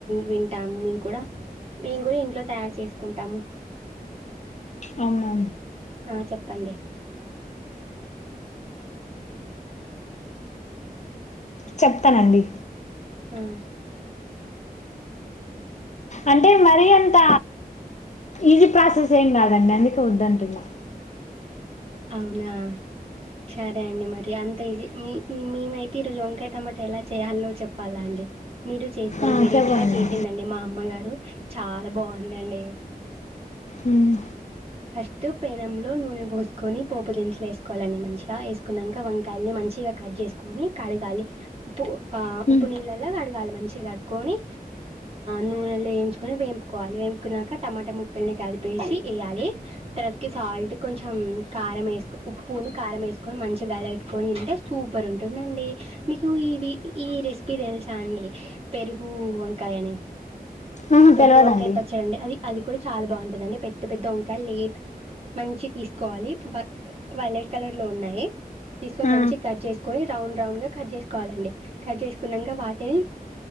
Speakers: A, on the right; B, on the left.
A: వింటాము మీము కూడా మేము కూడా ఇంట్లో తయారు చేసుకుంటాము
B: అవునా
A: ఆ చెప్పండి
B: చెప్తానండి
A: ఆ
B: అంటే మరి అంత ఈజీ ప్రాసెస్ ఏం కాదండి అందకే వద్దంటున్న
A: అవునా సరే అండి మరి అంత ఈజీ మీ మేమైతే ఈరోజు వంకాయ టమాటా ఎలా చేయాలో చెప్పాలా అండి మీరు చేసు కొన్ని
B: ఆ
A: వెరైటీ
B: చెప్పండి
A: గా చేసిందండి మా అమ్మగారు చాలా బాగుందండి
B: మ్
A: ఫస్ట్ పేనెంలో నూనె పోసుకొని పోపు దినుసులు వేసుకోవాలండి మంచిగా వేసుకున్నాక వంకాయలని మంచిగా కట్ చేసుకొని కడగాలి ఉప్పు
B: ఉమ్.
A: ఉప్పు నీళ్ళలో కడగాలి మంచిగా కడుకొని నూనెలో వేయించుకొని వేంపుకోవాలి వేంపుకున్నాక టమాటా ముక్కల్ని కలిపేసి వేయాలి తర్వాతకి సాల్ట్ కొంచెం కారం వేసుకో ఉప్పుని కారం వేసుకొని మంచిగాలెట్టుకొని తంటే సూపర్ ఉంటుందండి మీకు ఈవి ఈ రెసిపీ తెలుసా అండి పెరుగు వంకాయని
B: ఆహా
A: పెరుగు
B: తెలవదండి
A: వంకాయ పచ్చడండి అది అది కూడా చాలా బాగుంటదండి డి పెద్ద పెద్ద ఒప్పు లే మంచిగా తీసుకోవాలి వైలెట్ కలర్ లో ఉన్నాయి తీసుకొని
B: ఆ
A: మంచి కట్ చేసుకొని రౌండ్ రౌండ్ గా కట్ చేసుకోవాలండి కట్ చేసుకున్నాక వాటిని